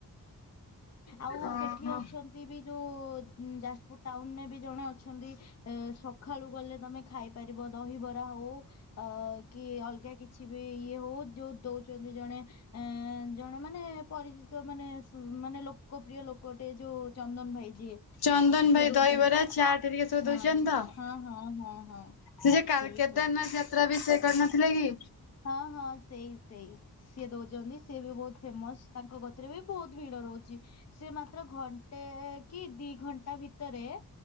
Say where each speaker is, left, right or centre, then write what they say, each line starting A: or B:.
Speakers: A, on the left (about 45°); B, on the left (about 75°).
A: ଆଉ
B: ଓହୋ
A: ସେଠି ଅଛନ୍ତି ବି ଯଉ ଯାଜପୁର ଟାଉନରେ ବି ଜଣେ ଅଛନ୍ତି। ଏ ସଖାଳୁ ଗଲେ ତମେ ଖାଇପାରିବ ଦହିବରା ହଉ। ଅ କି ଅଲଗା କିଛି ବି ଇଏ ହଉ ଯୋଉ ଦଉଛନ୍ତି ଜଣେ। ଏ ଜଣେ ମାନେ ପରିଚିତ ମାନେ ମାନେ ଲୋକପ୍ରିୟ ଲୋକଟେ ଯୋଉ ଚ ନ୍ଦନ ଭାଇ ଯିଏ।
B: ଚନ୍ଦନ
A: ସିଏ
B: ଭାଇ
A: ଦଉଛନ୍ତି
B: ଦହିବରା ଚାଟ ହେରିକା ସବୁ
A: ହଁ
B: ଦଉଛନ୍ତି ତ।
A: ହଁ ହଁ ହଁ ହଁ
B: ସେ ଯେ କା
A: ସେଇ
B: କେଦାରନାଥ
A: ସେଇ
B: ଯାତ୍ରା ବି ସେ କରିନଥିଲେ କି?
A: ହଁ ହଁ ସେଇ ସେଇ। ସିଏ ଦଉଚନ୍ତି। ସିଏ ବି ବହୁତ୍ ଫେମସ୍। ତାଙ୍କ ଗତିରେ ବି ବହୁତ୍ ଭିଡ ରହୁଚି। ସେ ମାତ୍ର ଘଣ୍ଟେ କି ଦି ଘଣ୍ଟା ଭିତରେ